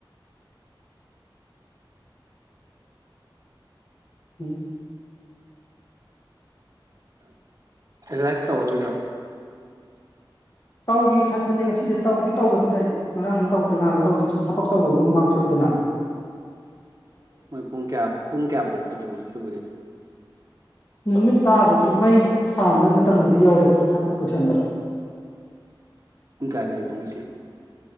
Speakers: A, on the left (about 45°); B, on the right (about 40°).
A: ꯎꯝ
B: ꯔꯤꯂꯥꯏꯁ ꯇꯧꯔꯔꯣꯏꯗ꯭ꯔꯣ
A: ꯇꯧꯒꯦ ꯈꯟꯕꯅꯦ ꯉꯁꯤꯁꯦ ꯇꯧꯗꯤ ꯇꯧꯒꯅꯤꯗ ꯉꯔꯥꯡꯁꯨ ꯇꯧꯗ꯭ꯔꯦ ꯉꯅ ꯇꯧꯗ꯭ꯔꯦ ꯁꯨꯝ ꯊꯕꯛ ꯇꯧꯕ ꯍꯨꯃꯥꯡ ꯊꯣꯛꯏꯦꯗꯅ
B: ꯃꯣꯏ ꯄꯨꯡꯀꯌꯥ ꯄꯨꯡ ꯀꯌꯥꯕꯣꯛ ꯁꯨꯗꫭꯏꯕ ꯁꯨꯕꯗꯦ
A: ꯅꯨꯃꯤꯠ ꯇꯥꯕꯒꯤ ꯃꯩ ꯍꯥꯟꯕ ꯃꯇꯝꯗꯨꯗꯤ ꯌꯥꯎꯔꯤ ꯃ ꯊꯕꯛ ꯂꯣꯏꯁꯤꯟꯕ
B: ꯏ ꯀꯥꯏ ꯂꯩ ꯍꯥꯏꯕꯣꯉ ꯁꯤ